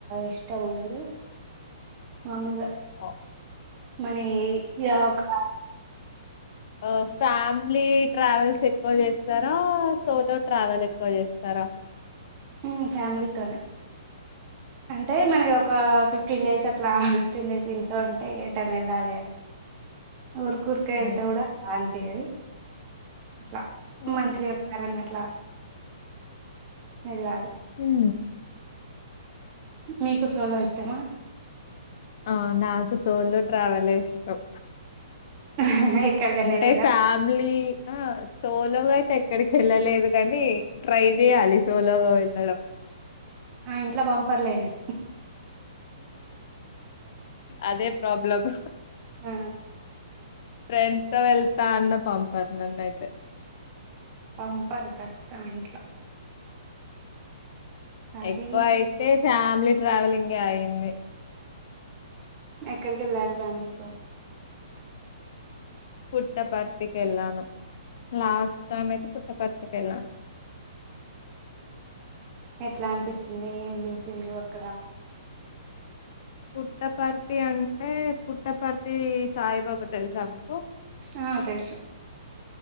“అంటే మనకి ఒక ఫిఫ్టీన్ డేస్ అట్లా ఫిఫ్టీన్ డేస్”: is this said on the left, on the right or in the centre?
Right